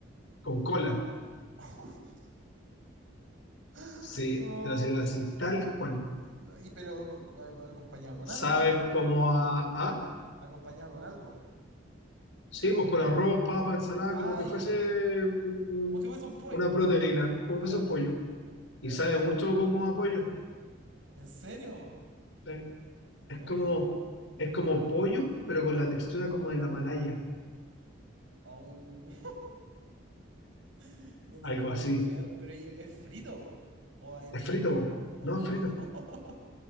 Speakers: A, on the left; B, on the right.
A: con cola.
B: <laughs> Oh,
A: Sí, te lo sirven así, tal
B: oh,
A: cual.
B: ay, no, Y pero co- co- acompañado con
A: Sabe
B: algo, yo creo.
A: como a, a-
B: Acompañado con algo.
A: sí, pues con arroz, papa, ensalada,
B: Ah,
A: como que
B: ya.
A: fuese un- un-
B: Como si fuese un pollo.
A: una proteína, como
B: Ya,
A: fuese un pollo.
B: ya.
A: Y sabe mucho como a pollo.
B: ¿En serio?
A: sí. Es
B: No,
A: como,
B: yo- uy,
A: es como pollo, pero con la textura como de la malaya,
B: au, <laughs> no te
A: algo
B: puedo
A: así.
B: creer. Pero ¿y ¿es frito? O al,
A: Es
B: al-
A: frito, po.
B: oh.
A: no es frito.